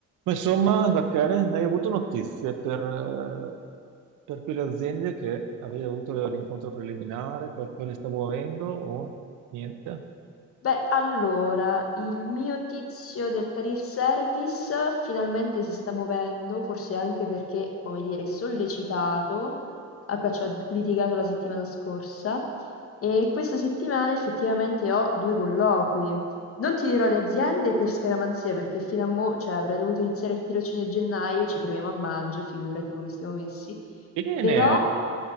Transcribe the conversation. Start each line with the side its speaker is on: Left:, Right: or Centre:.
Right: Ma Insomma, Rachele, hai avuto notizie per, eh, per quelle aziende che avevi avuto l'incontro preliminare, qualcosa sta muovendo o niente?
Left: Beh, allora, il mio tizio del career service finalmente si sta muovendo, forse anche perché, come dire, è sollecitato, a cui ci ho litigato la settimana scorsa, e questa settimana effettivamente ho due colloqui. Non ti dirò le aziende per scaramanzia, perché fino a mo', cioè, avrei dovuto iniziare il tirocinio a gennaio, ci troviamo a maggio, figurati come stiamo messi.
Right: Bene,
Left: Però,